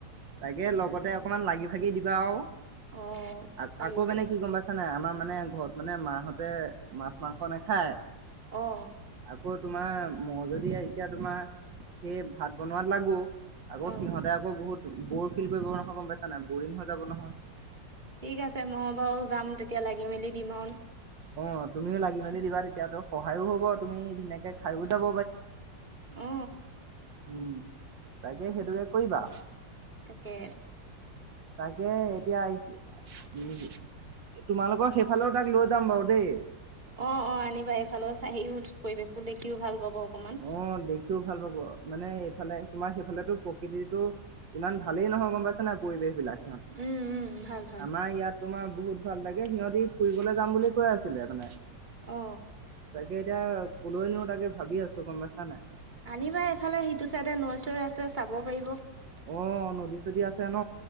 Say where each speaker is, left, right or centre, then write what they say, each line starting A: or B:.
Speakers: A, on the right (about 85°); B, on the right (about 25°).
A: তাকে লগতে অকণমান লাগি ভাগি দিবা আৰু।
B: অ
A: আ
B: পাৰি
A: আকৌ
B: পাৰি
A: মানে কি গম পাইছ নাই আমাৰ মানে ঘৰত মানে মাহঁতে মাছ মাংস নাখায়।
B: অহ ',
A: আকৌ তোমাৰ ম যদি এতিয়া তোমাৰ। সেই ভাত বনোৱাত লাগো। আকৌ
B: অ
A: সিহঁতে আকৌ বহুত ব'ৰফিল কৰিব নহয় গম পাইছা নাই, বৰিং হৈ যাব নহয়।
B: ঠিক আছে ম বাৰু যাম তেতিয়া লাগি মেলি দিম আৰু।
A: অহ ', তুমিও লাগি মেলি দিবা তেতিয়া তো সহায়ো হব তুমি ধুনীয়াকে খাইও যাব।
B: অ
A: <unintelligible> তাকে সেইটোকে কৰিবা
B: তাকে
A: তাকে এতিয়া আহি উম তোমালোকৰ সেইফালেও তাক লৈ যাম বাৰু দেই
B: অঁ অঁ আনিবা এইফালৰ চাহিও পৰিৱেশটো দেখিও ভাল পাব অকমান
A: অঁ দেখিও ভাল পাব মানে সিফালে তোমাৰ সেইফালেতো প্ৰকৃতিটো ইমান ভালেই নহয় গম পাইছে নে পৰিবেশ বিলাক
B: উম উম ভাল ভাল
A: আমাৰ ইয়াত তোমাৰ বহুত ভাল লাগে, সিহঁতি ফুৰিবলৈ যাম বুলি কৈ আছিলে মানে
B: অ
A: তাকে এতিয়া কলৈ নিও তাকে ভাবি আছো গম পাইচা নাই
B: আনিবা এইফালে সিটো চাইডে নৈ চৈ আছে চাব পাৰিব
A: অ নদী চদী আছে ন